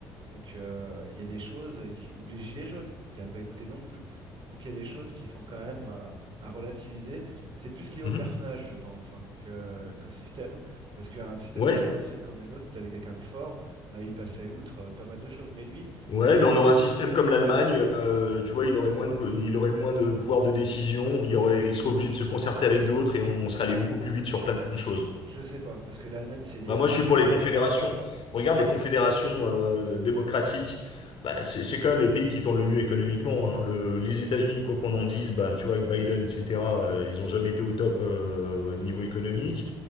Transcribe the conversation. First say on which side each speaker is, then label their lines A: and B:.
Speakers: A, on the right; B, on the left.
A: Donc euh, il y a des choses, euh, ou les gilets jaunes, il n'a pas écouté non plus. Donc il y a des choses qui sont quand même euh, à, relativiser. C'est plus lié au
B: Mhm.
A: personnage, je pense, hein, que, qu'au système. Parce qu'un système
B: Ouais,
A: présidentiel comme le nôtre, si t'avais quelqu'un de fort, bah, il passait outre euh, pas mal de choses. Mais lui,
B: Ouais,
A: il,
B: mais on aurait un système comme l'Allemagne, euh, tu vois, il aurait moins de, co- il aurait moins de pouvoir de décision, il y aurait, il serait obligé de se concerter avec d'autres et on serait allé beaucoup plus vite sur plein
A: je
B: de choses.
A: je sais pas, parce que l'Allemagne, c'est lié
B: Bah
A: à
B: moi,
A: son
B: je suis
A: fonctionnement.
B: pour les confédérations. Regarde les confédérations euh, démocratiques, bah, c'est c'est quand même les pays qui tournent le mieux économiquement. hein. Le- les États-Unis, quoi qu'on en dise, bah tu vois, avec Biden, etc., euh, ils ont jamais été au top euh, au niveau économique.